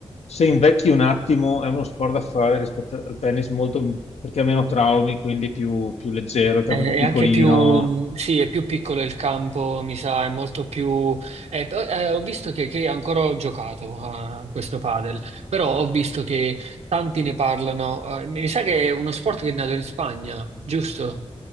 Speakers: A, on the left; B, on the right.
A: se invecchi un attimo, è uno sport da fare rispetto al tennis, molto, perché ha meno traumi, quindi più, più leggero, il
B: è,
A: campo
B: è
A: è più piccolino.
B: anche più, mh, sì, è più piccolo il campo, mi sa, è molto più, eh, però, eh, ho visto che, che ancora ho giocato a questo padel, però ho visto che tanti ne parlano, eh, mi sa che è uno sport che è nato in Spagna, giusto?